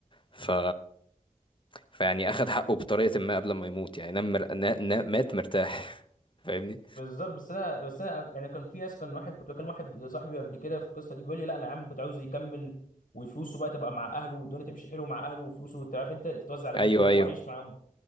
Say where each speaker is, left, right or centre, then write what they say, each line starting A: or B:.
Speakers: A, on the left (about 35°); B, on the left (about 75°).
A: ف فيعني اخد حقه بطريقة ما قبل ما يموت يعني نام مر... نا... نا... مات مرتاح <laughs> فاهمني
B: بالظبط بس انا بس انا يعني كان في ناس كان واحد كنت بكلم واحد صاحبي قبل كده في القصه دي بيقول لي لا انا يا عم كنت عاوزه يكمل وفلوسه بقى تبقى مع اهله والدنيا تمشي حلو مع اهله وفلوسه انت عارف انت تتوزع على
A: ايوه
B: بنته عادي
A: ايوه
B: وهو عايش معاهم